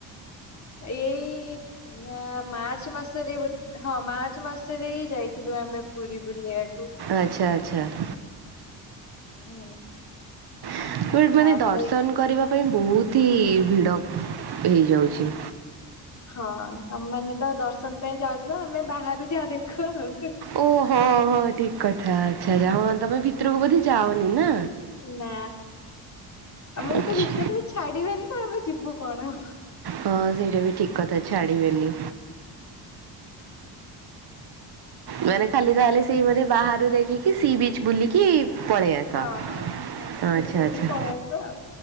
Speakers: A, on the left (about 35°); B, on the right (about 55°).
A: ଏଇ ନା ମାର୍ଚ୍ଚ ମାସରେ ବୋଧ୍ ହଁ ମାର୍ଚ୍ଚ ମାସରେ ହି ଯାଇଥିଲୁ ଆମେ ପୁରୀ ବୁଲିଆ
B: ଆଚ୍ଛା ଆଚ୍ଛା।
A: ହୁଁ।
B: <unintelligible> ମାନେ
A: ତାପରେ
B: ଦର୍ଶନ କରିବା ପାଇଁ ବହୁତ ହି ଭିଡ ହେଇଯାଉଛି।
A: ହଁ ତମ ମାନେ ତ ଦର୍ଶନ ପାଇଁ ଯାଉଥିବ ଆମେ ବାହାରୁ ଯାହା ଦେଖୁ ଆଉ।
B: ଓହୋ ହଁ ହଁ ଠିକ କଥା ଆଚ୍ଛା ଆଛା ହଁ ତମେ ଭିତରକୁ ବୋଧେ ଯାଅନି ନା।
A: ନା। ଆମକୁ
B: ଆଚ୍ଛା
A: ତ ଭିତରକୁ ଛାଡିବେନି ତ ଆମେ ଯିବୁ କଣ।
B: ହଁ ସେଇଟା ବି ଠିକ କଥା ଛାଡିବେନି। ମାନେ ଖାଲି ତାହେଲେ ସେଇ ମାନେ ବାହାରୁ ଦେଖିକି ସି ବିଚ ବୁଲିକି ପଳେଇ ଆସ
A: ହଁ ହଁ ଏଇ
B: ଆଚ୍ଛା
A: ବୁଲି ବାଲିକି
B: ଆଚ୍ଛା।
A: ପଳେଇ ଆସିବା ଆଉ।